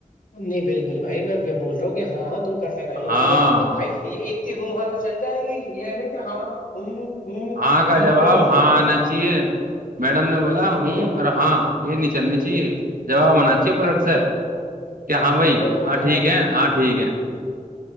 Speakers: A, on the left (about 70°); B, on the right (about 80°).
A: نہیں بالکل بھائی میں بول رہا ہوں کہ ہاں ہاں تم کر لے رہا
B: ہاں
A: اب بھائی بخا تو چل جائے گی یہ نہیں کہ ہاں ہوں ہوں
B: ہاں کا
A: شروع
B: جواب
A: سے ہوں
B: ہاں
A: چل رہا
B: آنا
A: ہے
B: چاہیے میڈم نے بولا
A: وہ سن
B: ہوں
A: سے
B: اور ہاں یہ نہیں چلنی چاہیے ج منا اچھے پلٹ
A: میں-
B: سے کہ ہاں
A: نہیں
B: بھائی
A: تمہارے
B: ہاں
A: بھائی
B: ٹھیک
A: نے اجی
B: ہے ہاں
A: میں
B: ٹھیک ہے